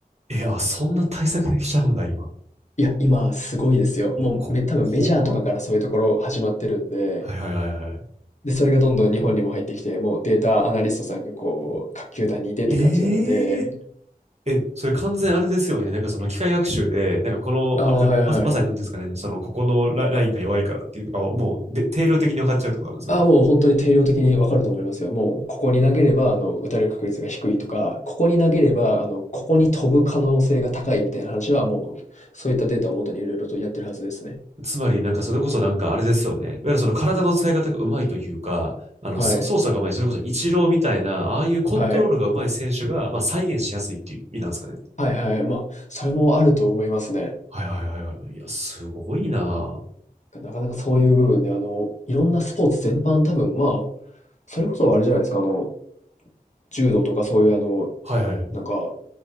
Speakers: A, on the right; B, on the left.
A: いや、そんな対策できちゃうんだ、今。
B: いや、今、すごいですよ。もうめ、
A: こ、
B: 多分メジャーとかからそういうところ始まってるんで、
A: 怖っはいはいはいはい。
B: で、それがどんどん日本にも入ってきて、もうデータアナリストさんがこう、各球団にいてって感じなので、
A: えええ、それ完全あれですよね。なんかその機械学習で、なんかこの、
B: ああ、
A: あれ、
B: はいはい。
A: まさ、まさに何ですかね、そのここのラ、ラインが弱いからっていうのがもうで定量的に分かっちゃうってことなんですよね。
B: ああ、もう本当に定量的にわかると思いますよ。もう、ここに投げれば、あの、打たれる確率が低いとか、ここに投げれば、あの、ここに飛ぶ可能性が高いみたいな話は、もう、そういったデータをもとにいろいろとやってるはずですね。
A: つまりなんかそれこそなんかあれですよね。いわゆるその体の使い方がうまいというか、あの、
B: はい。
A: そ操作がうまい、それこそイチローみたいな、ああいうコントロールがうまい選手が、
B: はい。
A: まあ再現しやすいっていう意味なんですかね。
B: はいはい。まあ、それもあると思いますね。
A: はいはいはいはい。いや、すごいな
B: なかなかそういう部分で、あの、いろんなスポーツ全般多分、まあ、それこそあれじゃないですか、あの、柔道とかそういうあの、
A: はいはいはい。い
B: なんか、